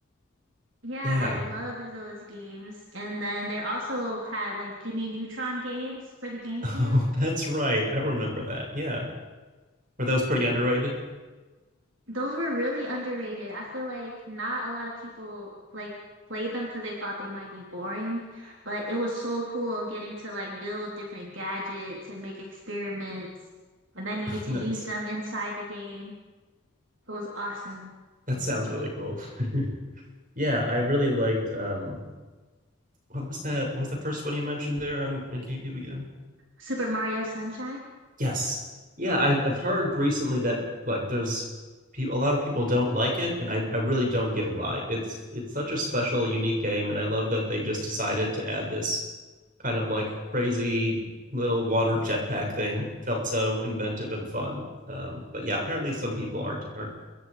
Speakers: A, on the right (about 65°); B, on the right (about 40°).
A: Yeah,
B: Yeah.
A: I loved
B: <laughs>
A: those games. And then they also had like Jimmy Neutron games for the GameCube.
B: Oh, that's right. I remember that. Yeah. Were those pretty underrated?
A: Those were really underrated. I feel like not a lot of people like played them because they thought they might be boring, but it was so cool getting to like build different gadgets and make experiments, and then
B: <laughs>
A: you get to
B: Nice.
A: use them inside the game. It was awesome.
B: That sounds really cool. <laughs> Yeah, I really liked um what was that? What was the first one you mentioned there on, on GameCube again?
A: Super Mario Sunshine.
B: Yes. Yeah, I, I've heard recently that like there's people a lot of people don't like it, and I, I really don't get why. It's it's such a special, unique game, and I love that they just decided to add this kind of like crazy little water jetpack thing. It felt so inventive and fun. Um, but yeah, apparently some people aren't aren't